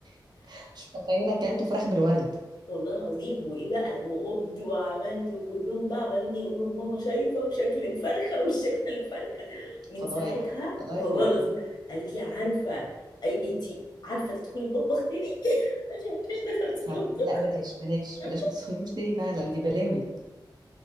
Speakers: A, on the right; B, on the left.
A: <laughs> مش متخيله اكلته فراخ بالورد
B: والله العظيم وايه بقى وقمت وعملت وكلهم بقى عمالين يقولوا لماما شايفه وشكل الفرخه <laughs> وشكل الفرخه من
A: فضايح
B: ساعتها
A: فضايح
B: والله
A: والله
B: العظيم قالت لي عارفه اي انتي عارفه تدخلي المطبخ تاني <laughs> عشان مش دخلتي
A: فعلا
B: المطبخ
A: لا بلاش بلاش بلاش ما
B: <laughs>
A: تسخنيش تاني فعلا دي بلاوي